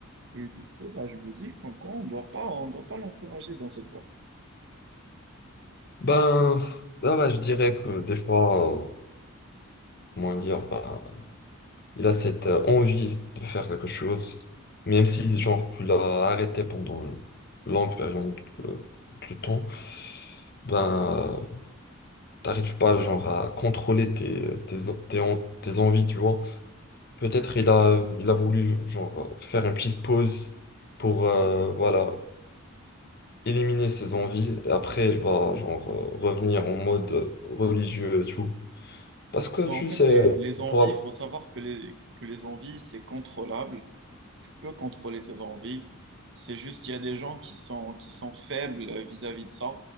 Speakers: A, on the right; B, on the left.
A: Et du coup, bah, je me dis qu'encore, on doit pas, on doit pas l'encourager dans cette voie.
B: Ben, bah, bah, je dirais que des fois, euh, comment dire, ben, Il a cette euh, envie de faire quelque chose, même si genre tu l'as arrêté pendant une longue période euh, de temps, ben euh, t'arrives pas genre à contrôler tes, tes, tes en- tes envies, tu vois. Peut-être il a il a voulu genre faire une petite pause pour euh, voilà éliminer ses envies et après il va genre euh, revenir en mode religieux et tout. Parce que
A: Ben,
B: tu
A: en fait,
B: sais,
A: les, les
B: on
A: envies,
B: pourra,
A: il faut savoir que les, que les envies, c'est contrôlable. Tu peux contrôler tes envies. C'est juste qu'il y a des gens qui sont, qui sont faibles vis-à-vis de ça